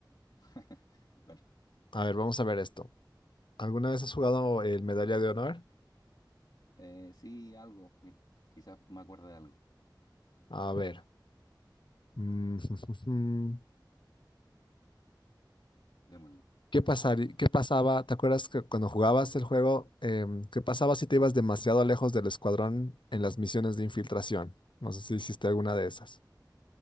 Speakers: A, on the left (about 65°); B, on the left (about 85°).
A: <laughs> Bueno,
B: A ver, vamos a ver esto. ¿Alguna vez has jugado el Medalla de Honor?
A: eh, sí, algo, mira, quizás me acuerdo de algo.
B: A ver. mm, <laughs>
A: Démosle.
B: ¿Qué pasaría, qué pasaba? ¿Te acuerdas que cuando jugabas el juego, em, qué pasaba si te ibas demasiado lejos del escuadrón en las misiones de infiltración? No sé si hiciste alguna de esas.